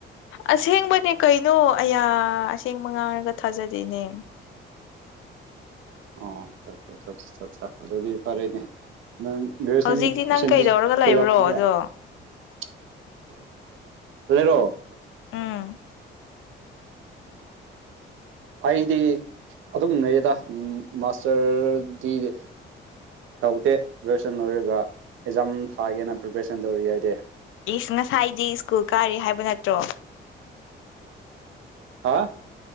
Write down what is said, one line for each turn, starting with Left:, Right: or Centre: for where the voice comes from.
Left: ꯑꯁꯦꯡꯕꯅꯦ ꯀꯩꯅꯣ ꯑꯌꯥ ꯑꯁꯦꯡꯕ ꯉꯥꯡꯔꯒ ꯊꯥꯖꯗ‌ꯦꯅꯦ
Right: ꯑꯣ <unintelligible> ꯑꯗꯨꯗꯤ ꯐꯔꯦꯅꯦ ꯅꯪ ꯒ꯭ꯔꯦꯖꯨꯁꯟ
Left: ꯍꯧꯖꯤꯛꯇꯤ
Right: ꯄꯔꯁꯦꯟꯇꯦꯖ
Left: ꯅꯪ ꯀꯩꯗꯧꯔꯒ ꯂꯩꯕ꯭ꯔꯣ
Right: ꯀꯌꯥ ꯐꯪꯉꯦ
Left: ꯑꯗꯣ
Right: <unintelligible>
Left: ꯎꯝ <unintelligible>
Right: ꯑꯩꯗꯤ ꯑꯗꯨꯝ ꯂꯩꯌꯦꯗ ꯃꯥꯁꯇꯔ ꯗꯤ- ꯇꯧꯗꯦ ꯒ꯭ꯔꯦꯖꯨꯁꯟ ꯂꯣꯏꯔꯒ ꯑꯦꯛꯖꯥꯝ ꯊꯥꯒꯦꯅ ꯄ꯭ꯔꯤꯄꯦꯔꯦꯁꯟ ꯇꯧꯔꯤ ꯑꯩꯗꯤ
Left: ꯏꯁ ꯉꯁꯥꯏꯗꯤ ꯁ꯭ꯀꯨꯜ ꯀꯥꯔꯤ ꯍꯥꯏꯕ ꯅꯠꯇ꯭ꯔꯣ
Right: ꯍꯥ